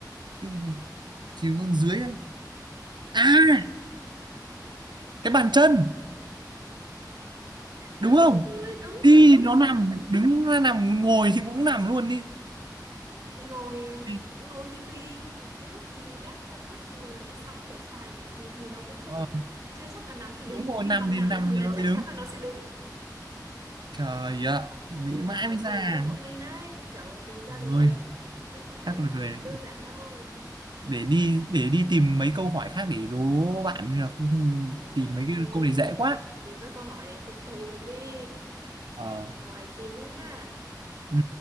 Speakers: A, on the right; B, on the right.
A: Chứ chỉ còn dưới ấy. à cái bàn chân đúng
B: đúng
A: không
B: rồi đúng
A: đi
B: chuẩn
A: nó nằm
B: chuẩn
A: đứng nó nằm ngồi thì cũng nằm luôn đi
B: ngồi
A: Đi.
B: ngồi thì tùy lúc thì mình gác chân lúc thì mình để sõng để xoài kiểu gì thì nó cũng
A: Ờ,
B: chưa chắc là nằm hay đứng
A: đúng rồi
B: nhưng
A: nằm
B: mà
A: thì
B: nằm
A: nằm
B: thì
A: thì
B: là
A: nó lại
B: chắc
A: đứng
B: chắn là nó sẽ đứng
A: trời ạ nghĩ
B: đúng rồi
A: mãi mới ra
B: nhưng mà cũng thông minh đấy cũng kiểu tìm ra được
A: Ôi,
B: đấy cũng không phải
A: chắc là
B: gọi
A: về
B: là đơn giản đâu
A: để đi để đi tìm mấy câu hỏi khác để đố bạn nên là không-
B: Rồi,
A: tìm
B: ok.
A: mấy cái câu này dễ quá.
B: Tìm các câu hỏi để phục thù mình đi.
A: Ờ.
B: Rồi, tìm đi nhá.
A: Ừ.